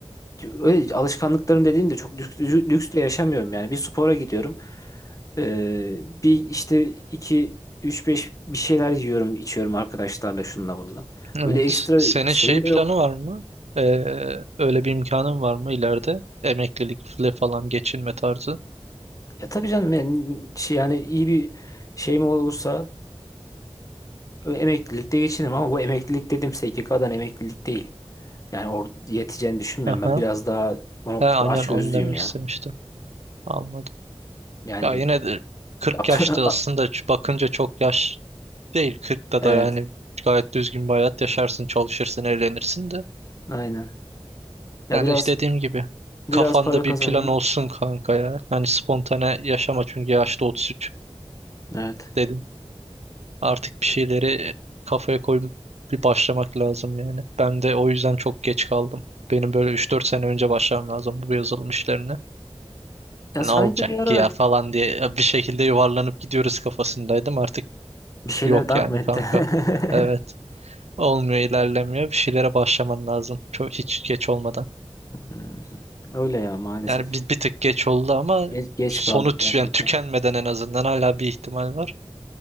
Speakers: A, on the left; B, on the right.
A: öyle alışkanlıklarım dediğimde çok lüks, lüks de yaşamıyorum yani. Bir spora gidiyorum. Ee, bir işte iki üç beş bir şeyler yiyorum içiyorum arkadaşlarla şununla bununla.
B: Evet.
A: Öyle ekstra
B: Senin
A: şeyim
B: şey planı
A: de yok.
B: var mı? Ee, öyle bir imkanın var mı ileride? Emeklilikle falan geçinme tarzı.
A: Ya tabii canım yani, şey, yani iyi bir şeyim olursa eee, emeklilikte geçinirim ama bu emeklilik dediğim SGK'dan emeklilik değil. Yani or yeteceğini düşünmüyorum
B: Aha.
A: ben biraz daha bu noktada
B: He, aynen
A: açgözlüyüm
B: onu demek
A: ya.
B: istemiştim. Anladım.
A: Yani
B: Ya yine de 40
A: <laughs>
B: yaşta aslında ç- bakınca çok yaş değil. 40'ta
A: evet
B: da yani gayet düzgün bir hayat yaşarsın, çalışırsın, eğlenirsin de.
A: aynen. Ya
B: Yani
A: biraz
B: işte dediğim gibi
A: biraz
B: kafanda
A: para kazanayım.
B: bir plan olsun kanka ya. Yani spontane yaşama çünkü yaşta 33
A: Evet.
B: dedim. Artık bir şeyleri kafaya koyup bir başlamak lazım yani. Ben de o yüzden çok geç kaldım. Benim böyle 3-4 sene önce başlamam lazım bu yazılım işlerine.
A: Ya
B: Ne
A: sanki
B: olacak
A: bir ara
B: ki ya falan diye bir şekilde yuvarlanıp gidiyoruz kafasındaydım. Artık
A: bir şeyler
B: Yok
A: dank
B: yani
A: mı etti?
B: kanka. Evet.
A: <laughs>
B: Olmuyor, ilerlemiyor. Bir şeylere başlaman lazım. Çok hiç geç olmadan.
A: Hmm. Öyle ya maalesef.
B: Yani bir, bir tık geç oldu ama
A: Geç, geç
B: sonu
A: kaldık
B: tü-
A: gerçekten.
B: yani tükenmeden en azından hala bir ihtimal var.